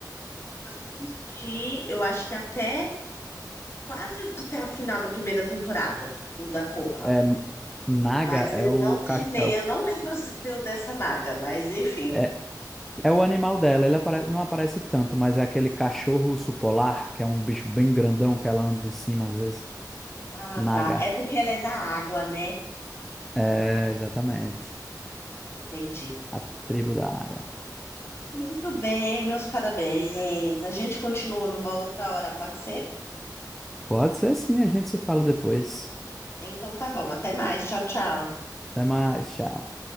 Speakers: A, on the left (about 40°); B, in the centre.
A: Eu já assisti, eu acho que até quase até o final da primeira temporada, o da Korra.
B: É, N- Naga
A: Mas
B: é
A: eu
B: o,
A: não terminei,
B: ca- é, o-
A: eu não lembro se deu dessa naga, mas enfim.
B: é, é o animal dela, ele apare, não aparece tanto, mas é aquele cachorro urso polar, que é um bicho bem grandão que ela anda em cima às vezes.
A: Ah,
B: Naga.
A: tá. É porque ela é da água, né?
B: É, exatamente.
A: Entendi.
B: A tribo da água.
A: Muito bem, meus parabéns. A gente continua numa outra hora, pode ser?
B: Pode ser sim, a gente se fala depois.
A: Então tá bom, até mais. Tchau, tchau.
B: Até mais, tchau.